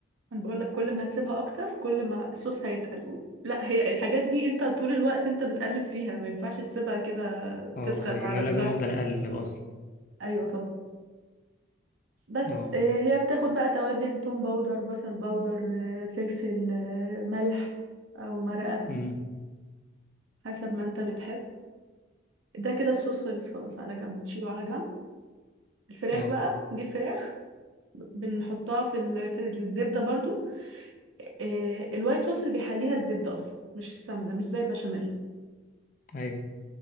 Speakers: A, on the right; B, on the left.
A: انا بقول لك كل ما هتسيبها اكتر كل ما الصوص هيتقل لا هي الحاجات دي انت طول الوقت انت بتقلب فيها ما ينفعش تسيبها كده
B: اه
A: تسخن
B: يعني
A: مع نفسها
B: انا لازم افضل اقلب اصلا
A: ايوه طبعا بس
B: اه
A: آه، هي بتاخد بقى توابل توم باودر بصل باودر آه، فلفل آه، ملح او مرقة
B: امم
A: حسب ما انت بتحب ده كده الصوص خلص خلاص على جنب تشيله على جنب الفراخ
B: اه
A: بقى نجيب فراخ بنحطها في ال- في الزبدة برضو آه، الوايت صوص اللي بيحليها الزبدة اصلا مش السمنة مش زي البشاميل
B: ايوه